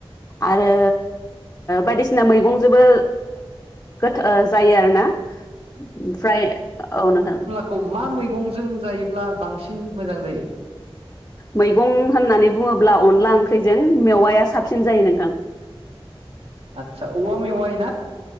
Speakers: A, on the left; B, on the right.
A: आरो बायदिसिना मैगंजोंबो गोथ जायो आरो ना। ओमफ्राय औ नोंथां।
B: खौ मा मैगंजों जायोब्ला बांसिन मोजां जायो?
A: मैगं होननानै बुङोब्ला अनला ओंख्रिजों मेवाया साबसिन जायो नोंथां।
B: आदसा औवा मेवाइ ना?